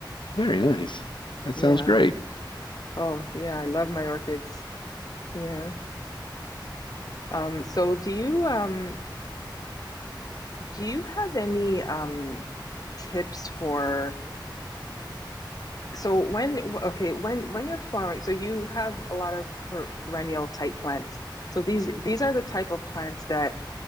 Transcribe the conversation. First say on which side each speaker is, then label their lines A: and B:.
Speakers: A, on the left (about 70°); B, on the left (about 50°).
A: very nice. That
B: Yeah.
A: sounds great.
B: Oh, yeah, I love my orchids. Yeah. Um, so do you um do you have any um tips for So when okay, when when you're flowering, so you have a lot of per perennial type plants. So these these are the type of plants that